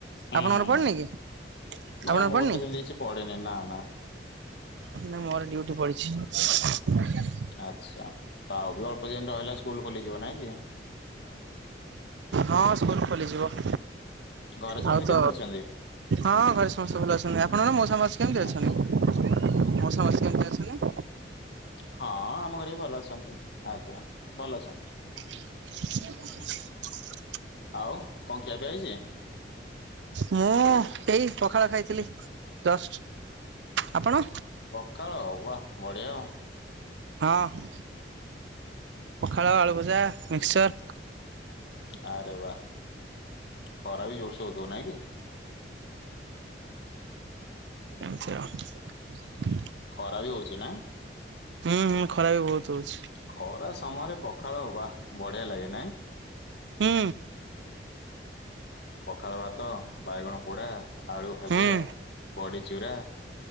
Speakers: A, on the left (about 65°); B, on the right (about 75°).
A: ହୁଁ
B: ଆପଣଙ୍କର ପଡିନି କି? ଆପଣଙ୍କର
A: ନା ମୋର
B: ପଡିନି?
A: ତ ସେମତି କିଛି ପଡିନି ନା ନା।
B: ନାଁ ମୋର ଡିଉଟି ପଡିଛି।
A: ଆଚ୍ଛା ତ ଆଉ ବି ଅଳ୍ପ ଦିନ ରହିଲା ସ୍କୁଲ ଖୋଲିଯିବ ନାଇଁ କି?
B: ହଁ ସ୍କୁଲ ଖୋଲିଯିବ।
A: ଘରେ ସମସ୍ତେ
B: ଆଉ ତ
A: କେମତି ଅଛନ୍ତି?
B: ହଁ ଘରେ ସମସ୍ତେ ଭଲ ଅଛନ୍ତି ଆପଣଙ୍କ ମଉସା ମାଉସୀ କେମିତି ଅଛନ୍ତି?
A: ଆଚ୍ଛା
B: ମଉସା ମାଉସୀ କେମିତି ଅଛନ୍ତି?
A: ହଁ ଆମ ଘରେ ବି ଭଲ ଅଛନ୍ତି ଆଜ୍ଞା ଭଲ ଅଛନ୍ତି।
B: <inaudible>
A: ଆଉ କଣ ଖିଆପିଆ ହେଇଚି?
B: ମୁଁ ଏଇ ପଖାଳ ଖାଇଥିଲି ଜଷ୍ଟ୍। ଆପଣ?
A: ପକାଳ ୱା ବଢିଆ ଆ।
B: ହଁ ପଖାଳ, ଆଳୁଭଜା, ମିକ୍ସଚର୍।
A: ଆରେ ବା ଖରା ବି ଜୋରସେ ହୋଉଥୁବ ନାଇଁ କି?
B: ଏମିତି ଆଉ।
A: ଖରା ବି ହୋଉଚି ନା?
B: ହୁଁ ହୁଁ ଖରା ବି ବୋହୁତ ହୋଉଛି।
A: ଖରା ସମୟରେ ପଖାଳ ବା ବଢିଆ ଲାଗେ ନାଇଁ?
B: ହୁଁ।
A: ପଖାଳ ଭାତ, ବାଇଗଣ ପୋଡା, ଆଳୁ ଭଜା,
B: ହୁଁ
A: ବଡି ଚୁରା